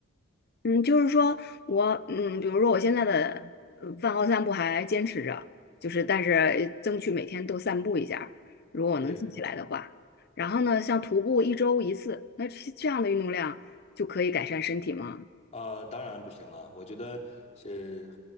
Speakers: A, on the left (about 50°); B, on the left (about 35°).
A: 嗯，就是说我，嗯，比如说我现在的呃饭后散步还坚持着，就是但是呃争取每天都散步一下儿如果我能记起来的话。
B: 对，
A: 然后呢，像徒步一周一次，那这这样的运动量就可以改善身体吗？
B: 呃，当然不行了。我觉得是，